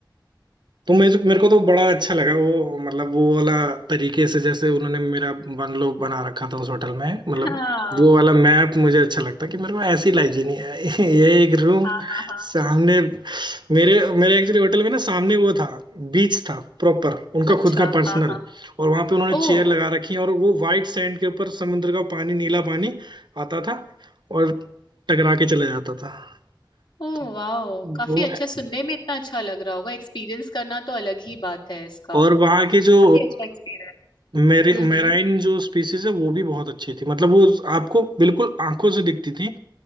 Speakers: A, on the right (about 70°); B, on the left (about 75°).
A: तो मेरे मेरे को तो बड़ा अच्छा लगा वो मतलब वो वाला तरीके से जैसे उन्होंने मेरा बंगलो बना रखा था उस होटल में मतलब
B: हाँ
A: वो वाला मैप मुझे अच्छा लगता कि मेरे को ऐसी लाइफ जीनी है <laughs> ये एक रूम
B: हाँ हाँ हाँ
A: सामने मेरे मेरे एक्चुअली होटल में ना सामने वो था बीच था प्रॉपर उनका
B: अच्छा
A: खुद का पर्सनल
B: हाँ हाँ
A: और वहां पे उन्होंने
B: ओह
A: चेयर लगा रखी और वो वाइट सैंड के ऊपर समुद्र का पानी नीला पानी आता था और टकरा के चला जाता था
B: Oh
A: तो
B: wow काफी
A: वो
B: अच्छा सुनने में इतना अच्छा लग रहा होगा एक्सपीरियंस करना तो अलग ही बात है इसका
A: और वहाँ की जो
B: काफी अच्छा एक्सपीरियंस
A: मेरे
B: हम्म
A: मेराइन
B: हम्म
A: जो स्पीसीज है वो भी बहुत अच्छी थी मतलब वो आपको बिल्कुल आंखों से दिखती थी